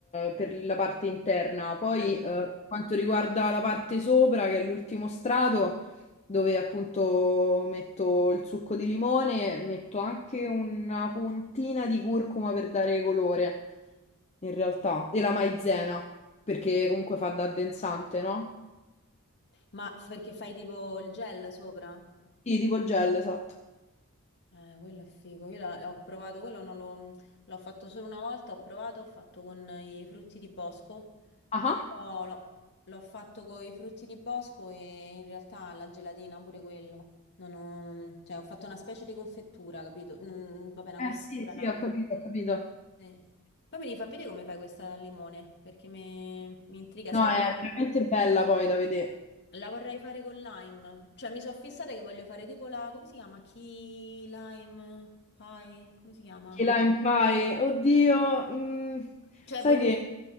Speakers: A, on the left (about 30°); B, on the left (about 55°).
A: per la parte interna. Poi,
B: certo.
A: eh, per quanto riguarda la parte sopra, che è l'ultimo strato, dove appunto metto il succo di limone, metto anche una puntina di curcuma per dare colore, in realtà, e la maizena, perché comunque fa da addensante, no?
B: Ma f- perché fai tipo il gel sopra?
A: Sì, tipo gel, esatto.
B: Eh, quello è figo. Io la- eh, ho provato, quello non l'ho l'ho fatto solo una volta, ho provato, ho fatto con i frutti di bosco.
A: Ah,
B: Però l'ho l'ho fatto con i frutti di bosco e in realtà la gelatina pure quello. Non ho- non- cioè, ho fatto una specie di confettura, capito? Mm, vabbè, una
A: ah.
B: confettura,
A: Eh sì, sì,
B: una...
A: ho capito, ho capito.
B: sì. Poi mi devi far vedere come fai questa al limone, perché mi, mi intriga.
A: No,
B: Sai
A: è
B: cosa?
A: veramente bella poi da vedere.
B: La vorrei fare con lime, cioè mi sono fissata che voglio fare tipo la, come si chiama? Key lime pie, come si chiama?
A: Key Lime Pie, oddio, mm,
B: Cioè
A: sai
B: vorrei...
A: che...